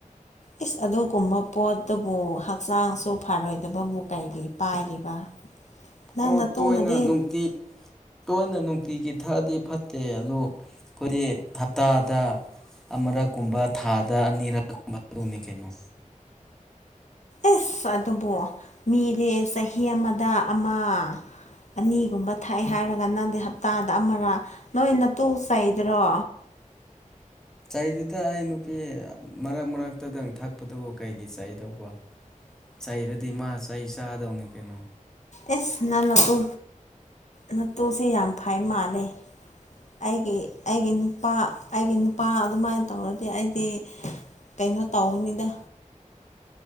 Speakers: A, on the left (about 60°); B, in the centre.
A: ꯏꯁ ꯑꯗꯨꯒꯨꯝꯕ ꯄꯣꯠꯇꯨꯕꯨ ꯍꯛꯆꯥꯡꯁꯨ ꯐꯔꯣꯏꯗꯕꯕꯨ ꯀꯩꯒꯤ ꯄꯥꯏꯔꯤꯕ ꯅꯪ
B: ꯑꯣ
A: ꯅꯇꯨꯅꯗꯤ
B: ꯇꯣꯏꯅ ꯅꯨꯡꯇꯤ ꯇꯣꯏꯅ ꯅꯨꯡꯇ ꯁꯛꯇꯤꯒꯤ ꯊꯛꯑꯗꯤ ꯐꯠꯇꯦ ꯑꯗꯨ ꯑꯩꯈꯣꯏꯗꯤ ꯍꯞꯇꯥꯗ ꯑꯃꯔꯛ ꯀꯨꯝꯕ ꯊꯥꯗ ꯑꯅꯤꯔꯛ ꯀꯨꯝꯕ ꯑꯗꯨꯅꯤ ꯀꯩꯅꯣ
A: ꯑꯦꯁ ꯑꯗꯨꯕꯨꯣ ꯃꯤꯗꯤ ꯆꯍꯤ ꯑꯃꯗ ꯑꯃ ꯑꯅꯤꯒꯨꯝꯕ ꯊꯛꯑꯦ ꯍꯥꯏꯔꯒ ꯅꯪꯗꯤ ꯍꯞꯇꯥꯗ ꯑꯃꯔꯥ ꯅꯣꯏꯅ ꯇꯨ ꯆꯩꯗ꯭ꯔꯣ
B: <unintelligible> ꯆꯩꯗꯨꯗ ꯑꯩ ꯅꯨꯄꯤ ꯃꯔꯛ ꯃꯔꯛꯇꯗꯪ ꯊꯛꯄꯇꯕꯨ ꯀꯩꯒꯤ ꯆꯩꯗꯧꯕ ꯆꯩꯔꯗꯤ ꯃꯥ ꯆꯩ ꯆꯥꯗꯧꯅꯦ ꯀꯩꯅꯣ
A: ꯑꯦꯁ ꯅ ꯅꯇꯨ ꯅꯠꯇꯨꯁꯦ ꯌꯥꯝ ꯐꯥꯏ ꯃꯥꯜꯂꯦ ꯑꯩꯒꯤ ꯑꯩꯒꯤ ꯅꯨꯄꯥ ꯑꯩꯒꯤ ꯅꯨꯄꯥ ꯑꯗꯨꯃꯥꯏꯅ ꯇꯧꯔꯗꯤ ꯑꯩꯗꯤ ꯀꯩꯅꯣ ꯇꯧꯅꯤꯗ